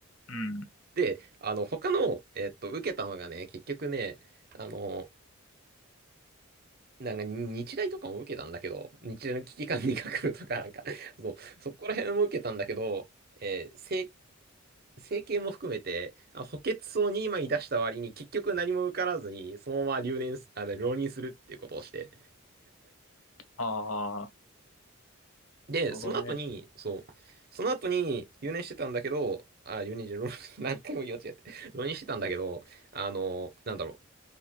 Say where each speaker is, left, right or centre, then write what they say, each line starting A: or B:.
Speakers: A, on the left (about 85°); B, on the right (about 45°).
A: うん。
B: で、あの、他の、えっと、受けたのがね、結局ね、あの、なんか日大とかも受けたんだけど、日大の危機管理学部とかなんか、<laughs> そう、そこら辺も受けたんだけど、えー、整整形も含めて、あ補欠層に今に出した割に結局何も受からずに、そのまま留年す、あの、浪人するっていうことをして。
A: ああ、な
B: で、
A: るほどね。
B: その後に、そう、その後に留年してたんだけど、あ、留年じゃ、浪 <laughs> 何回も言い間違えて、浪人してたんだけど、あの、なんだろ